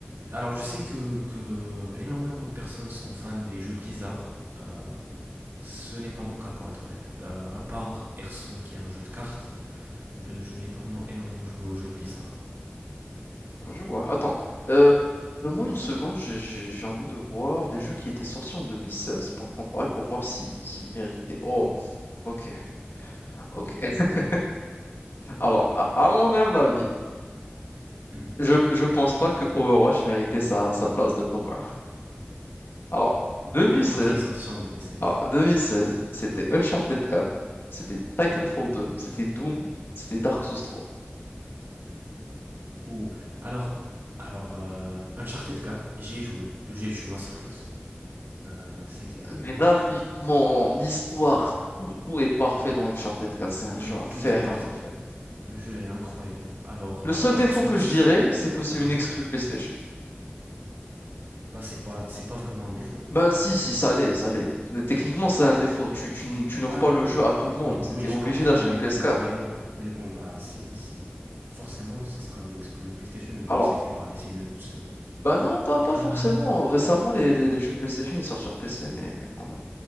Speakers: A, on the right; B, on the left.
A: Alors, je sais que, que énormément de personnes sont fans des jeux Blizzard. Euh, ce n'est pas mon cas, pour être honnête. Euh, à part Hearthstone, qui est un jeu de cartes, euh, je n'ai pas vraiment énormément joué aux jeux Blizzard.
B: Ah, Je vois. Attends, heu, donne-moi une seconde, j'ai j'ai j'ai envie de voir des jeux qui étaient sortis en 2016 pour comparer, pour voir si s'ils méritaient. Oh, OK, OK. <laughs> Alors, à à mon humble avis,
A: Mhm.
B: je je pense pas que Overwatch méritait sa sa place de top 1. Alors, 2016,
A: Il y a quoi qui est sorti en 2016
B: alors 2016, c'était Uncharted quatre, c'était Titanfall
A: Mhm.
B: deux, c'était Doom, c'était Dark Souls trois.
A: Ou. Alors, alors euh, Uncharted quatre, j'y ai joué. Le jeu est une masterclass. Euh, c'est clair.
B: Graphiquement, l'histoire, tout, tout est parfait dans Uncharted quatre. c'est un
A: Ouais,
B: jeu
A: tout
B: à faire
A: est parfait.
B: et à refaire.
A: Le, le jeu est incroyable. Alors,
B: Le
A: euh,
B: seul
A: Dark
B: défaut
A: Souls.
B: que je dirais, c'est que c'est
A: hein,
B: une exclue PlayStation.
A: Bah, c'est pas, c'est pas vraiment un défaut.
B: Ben si, si, ça l'est, ça l'est. Mais techniquement, c'est un défaut. Tu, tu, n- tu n'offres
A: Bah
B: pas le
A: oui,
B: jeu à tout le monde.
A: oui,
B: T'étais
A: oui, je
B: obligé
A: comprends,
B: d'acheter
A: mais,
B: une ps
A: mais,
B: quatre.
A: mais bon, mais bon, bah c'est c'est- forcément ça sera une exclu PlayStation vu
B: Alors,
A: que c'est fait par les studios de Sony.
B: ben non, pas, pas
A: Euh,
B: forcément. Récemment, les, les, les jeux PlayStation, ils sortent sur PC, mais, mais quand même.